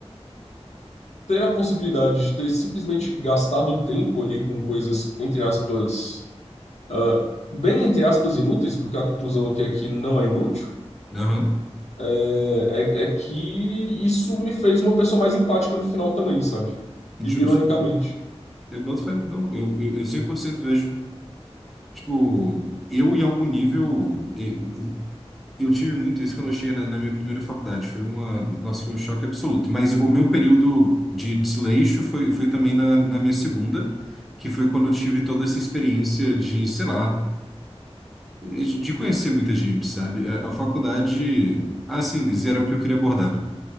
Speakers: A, on the left; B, in the centre.
A: ter a possibilidade de ter simplesmente gastado tempo ali com coisas, entre aspas, ah, bem entre aspas inúteis, porque a conclusão aqui é que não é inútil.
B: Aham,
A: É, é, é que isso me fez uma pessoa mais empática no final também, sabe?
B: justo.
A: I- Ironicamente.
B: Eu boto fé. Não, eu, eu, eu 100% vejo. Tipo, eu em algum nível, eu, eu tive muito isso quando eu cheguei na, na minha primeira faculdade. Foi uma, nossa, foi um choque absoluto. Mas o meu período de desleixo foi, foi também na, na minha segunda, que foi quando eu tive toda essa experiência de, sei lá, de conhecer muita gente, sabe? A, a faculdade, assim, isso era o que eu queria abordar.